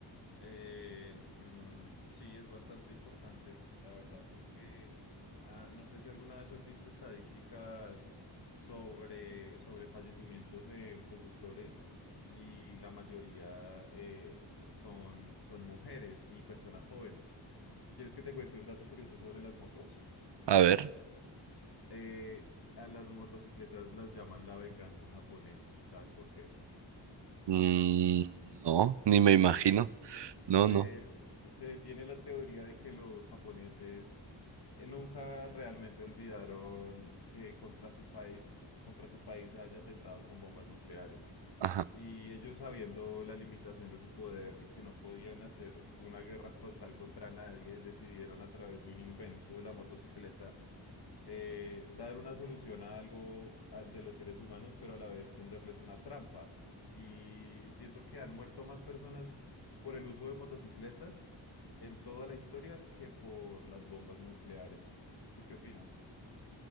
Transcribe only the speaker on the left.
Eh, mm, sí, es bastante importante, la verdad, porque ah, no sé si alguna vez has visto estadísticas sobre, sobre fallecimientos en conductores y la mayoría eh, son, son mujeres y personas jóvenes. ¿Quieres que te cuente un dato curioso sobre las motos?
Eh, a las motocicletas las llaman la venganza japonesa. ¿Sabes por qué?
Pues
se tiene la teoría de que los japoneses eh, Nunca realmente olvidaron que contra su país, contra su país se haya atentado con bombas nucleares.
Y ellos sabiendo la limitación de su poder y que no podían hacer una guerra frontal contra nadie, decidieron a través de un invento la motocicleta eh, dar una solución a algo a- de los seres humanos, pero a la vez tenderles una trampa. Y siento que han muerto más personas por el uso de motocicletas en toda la historia que por las bombas nucleares. ¿Tú qué opinas?